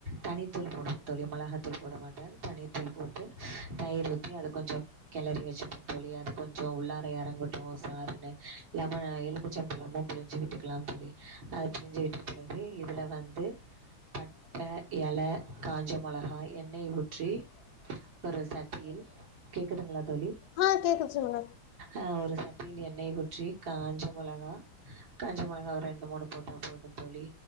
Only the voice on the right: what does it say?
தனித்தூள் போடுவே தோழி மொளகாத்தூள் போட மாட்டன் தனித்தூள் போட்டு தைர் ஊத் தீ அத கொஞ்சொ கெளரி வெச்சுப்பெந்தோழி அது கொஞ்சொ உள்ளார எறங்கட்டு சாருன்னு லெம எலுமிச் ச்சம்பளமும் புழிஞ்சு விட்டுக்கலாம் தோழி அத புழிஞ்சு விட்ட பிறகு இதுல வந்து பட்ட எல காஞ்ச மொளகா எண்ணெய் ஊத் ற்றி ஒரு சட்டியில் கேக்குதுங்களா தோழி
ஆஹ் ஒரு சட் சட்டியில் எண்ணெய் ஊற்றி காஞ்ச மொ மொளகா காஞ்ச மொளகா ஒரு ரெண்டு மூணு போட்டா போதும் தோழி